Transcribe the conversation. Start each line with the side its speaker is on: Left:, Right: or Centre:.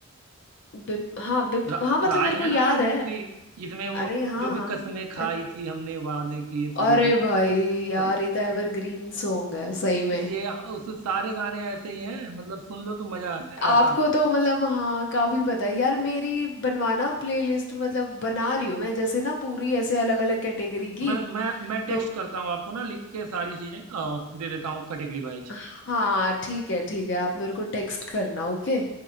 Left: बिप, हाँ बिप
Right: रा,
Left: हाँ
Right: राज
Left: मतलब मेरे को
Right: है
Left: याद
Right: ना राज
Left: है
Right: मूवी जिसमें वो
Left: अरे हाँ
Right: जो भी
Left: हाँ
Right: कसमें खाई
Left: अ-
Right: थी हमने वादे किए थे
Left: अरे
Right: जो भी
Left: भाई यार
Right: लाइक
Left: ये तो एवरग्रीन सॉन्ग है सही में
Right: ये उस सारे गाने ऐसे ही हैं मतलब सुन लो तो मजा आए
Left: आपको
Right: ऐसा
Left: तो मतलब हाँ काफी पता है यार मेरी बनवाना प्लेलिस्ट मतलब बना रही हूँ मैं जैसे ना पूरी ऐसे अलग अलग कैटेगरी की
Right: मैं मैं मैं टेक्स्ट
Left: तो
Right: करता हूँ आपको ना लिख के सारी चीजें अ, दे देता हूँ category wise
Left: हाँ ठीक है ठीक है आप मेरे को टेक्स्ट करना ओके